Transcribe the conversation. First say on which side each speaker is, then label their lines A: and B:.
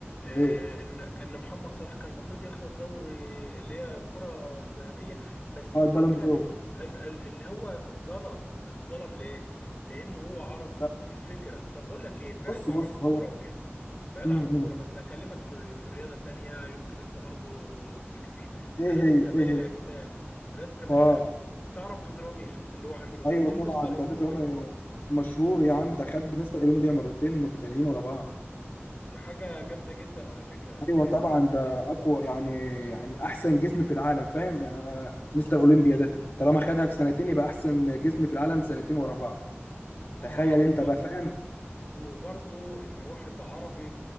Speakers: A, on the left; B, on the left.
A: آه
B: ايه
A: ان ان محمد صلاح كان المفروض ياخد الدوري اللي هي الكرة الذهبية بس
B: اه
A: الفكرة
B: البالون دور
A: ان ان هو اتظلم اتظلم ليه؟ لان هو عربي
B: س-
A: دي الفكرة طب بقول لك ايه بعيد
B: بص
A: بقى
B: بص
A: عن الكورة
B: هو
A: وكده بعيد
B: امم
A: عن الكورة بس هكلمك في في رياضة تانية يمكن انت برضو ليك فيه
B: ايه
A: رياضة
B: هي
A: كمال
B: ايه
A: الاجسام
B: هي
A: رياضة كمال
B: اه
A: الاجسام تعرف بيج رامي شفت اللي هو عمله
B: ايوه
A: قدام
B: طبعا
A: مستر اولمبيا
B: ده بيج رامي مشهور يا عم ده خد مستر اولمبيا مرتين متتاليين ورا بعض
A: دي حاجة جامدة جدا على فكرة
B: ايوه
A: فاهمني
B: طبعا ده اقوى يعني يعني احسن جسم في العالم فاهم يعني مستر اولمبيا ده طالما خدها في سنتين يبقى احسن جسم في العالم سنتين ورا بعض تخيل
A: اه بالظبط
B: انت بقى فاهم
A: وبرضو ان واحد عربي